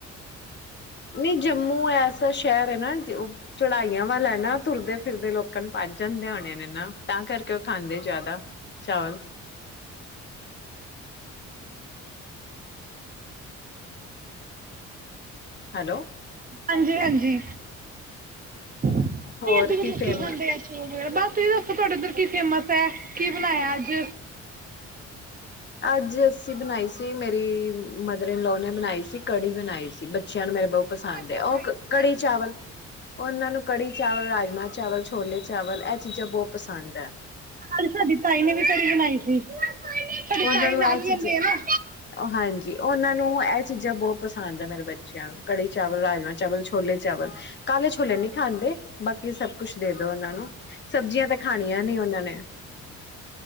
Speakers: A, on the left (about 35°); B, on the right (about 30°).
A: ਨਹੀਂ ਜੰਮੂ ਐਸਾ ਸ਼ਹਿਰ ਹੈ ਨਾ ਉਹ ਚੜਾਈਆਂ ਵੱਲ ਨਾ ਤੁਰਦੇ ਫਿਰਦੇ ਲੋਕਾਂ ਨੂੰ ਭੱ ਜਾਂਦੇ ਹੋਣੇ ਨੇ ਨਾ ਤਾਂ ਕਰਕੇ ਉਹ ਖਾਂਦੇ ਜ਼ਿਆਦਾ ਚਾਵਲ ਹੈਲੋ
B: ਹਾਂਜੀ ਹਾਂਜੀ ਨਹੀਂ
A: ਹੋਰ
B: ਏਦ ਦੇ
A: ਕੀ
B: ਲੋਕੀ
A: ਫੇਮ
B: ਖਾਂਦੇ ਆ ਚੋਲ ਬਸ ਤੁਸੀਂ ਦੱਸੋ ਤੁਹਾਡੇ ਇੱਧਰ ਕੀ ਫੇਮਸ ਹੈ ਕੀ ਬਣਾਇਆ ਅੱਜ
A: ਅੱਜ ਅੱਸੀ ਬਣਾਈ ਸੀ ਮੇਰੀ ਮਦਰ ਇਨਲੋ ਨੇ ਬਣਾਈ ਸੀ ਕੜੀ ਬਣਾਈ ਸੀ ਬੱਚਿਆਂ ਨੂੰ ਮੇਰੇ ਬਹੁਤ ਪਸੰਦ
B: ਸਾਡੀ
A: ਉਹ
B: ਤਾਈ ਨੇ
A: ਕੜੀ
B: ਅੱਜ
A: ਚਾਵਲ ਉਹ ਉਹਨਾਂ ਨੂੰ ਕੜੀ ਚਾਵਲ ਰਾਜਮਾ ਚਾਵਲ ਛੋਲੇ ਚਾਵਲ ਇਹ ਚੀਜ਼ਾਂ ਬਹੁਤ ਪਸੰਦ ਹੈ
B: ਅੱਜ ਸਾਡੀ ਤਾਈ ਨੇ ਵੀ ਕੜੀ ਬਣਾਈ ਸੀ ਸਾਡੀ
A: ਉਹਨਾਂ
B: ਤਾਈ
A: ਨੂੰ
B: ਨਾਲ
A: ਇਹ
B: ਹੀ
A: ਚੀਜ਼ਾਂ
B: ਰਹਿੰਦੇ ਆ ਨਾ
A: ਹਾਂਜੀ ਉਹਨਾਂ ਨੂੰ ਇਹ ਚੀਜ਼ਾਂ ਬਹੁਤ ਪਸੰਦ ਆ ਮੇਰੇ ਬੱਚਿਆਂ ਨੂੰ ਕੜੀ ਚਾਵਲ ਰਾਜਮਾਂ ਚਾਵਲ ਛੋਲੇ ਚਾਵਲ ਕਾਲੇ ਛੋਲੇ ਨੀ ਖਾਂਦੇ ਬਾਕੀ ਸਭ ਕੁਛ ਦੇ ਦੋ ਉਹਨਾਂ ਨੂੰ ਸਬਜ਼ੀਆਂ ਤਾਂ ਖਾਣੀਆਂ ਨੀ ਉਹਨਾਂ ਨੇ